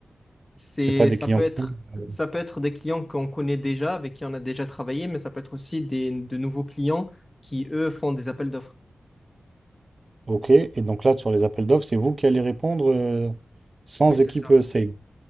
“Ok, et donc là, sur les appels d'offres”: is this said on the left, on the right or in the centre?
Right